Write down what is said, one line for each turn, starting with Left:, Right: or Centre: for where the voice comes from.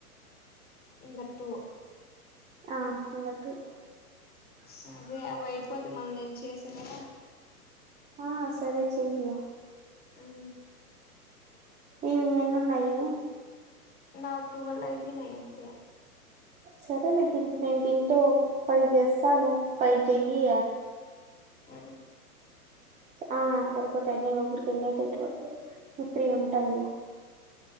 Left: ఇంక టు
Right: ఆ అంగట్టు
Left: సరే అవి అయిపోతె మళ్ళీ నేను చేసేదా
Right: ఆ సరే చెయ్యి
Left: అన్
Right: నీవి ఇంకా ఎన్నున్నాయి
Left: నావి టువల్ అయిపోయినాయి అంతే
Right: సరే లే తిన్ నేను తింటూ ఫైవ్ చేస్తాను ఫైవ్ చెయ్యి
Left: ఊ
Right: ఆ సరిపోతాయి నీవి అప్పటికి ఎన్నిఅవుతాయ్ ట్వెల్వ్ ఇంకా త్రీ ఉంటాయి